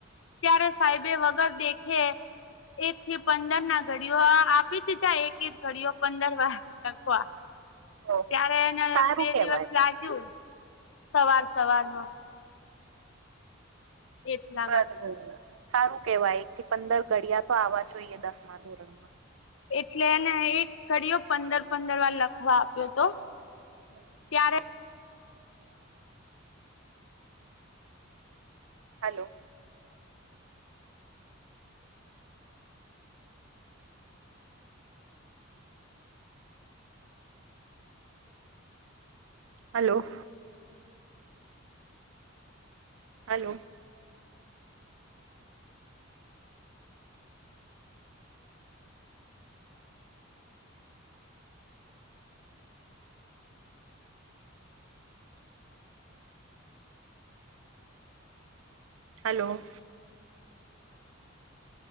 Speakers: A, on the left (about 65°); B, on the right (about 75°).
A: ત્યારે સાહેબે
B: હમ હમ
A: વગર દેખે. એક થી પંદર ના ઘડીઓ આપી દીધા, એક-એક ઘડીઓ પંદર વાર નાખવા,
B: ઓહ
A: ત્યારે એને
B: સારું
A: બે
B: કેવાય
A: દિવસ
B: પણ
A: લાગ્યું. સવાર-સવારમાં. એટલા
B: બરબર,
A: માટે
B: સારું કહેવાય. એક થી પંદર ઘડિયા તો આવવા જોઈએ, દસમા ધોરણમાં.
A: એટલે એને એક ઘડીયો પંદર-પંદર વાર લખવા આપ્યો હતો.
B: હમ્મ.
A: ત્યારે
B: hello. Hello. Hello. Hello.